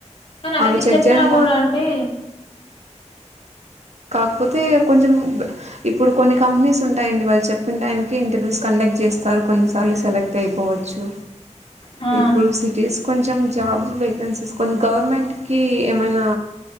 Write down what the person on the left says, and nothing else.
కానీ అవన్నీ
చెప్పినా
కూడా అండి
ఆ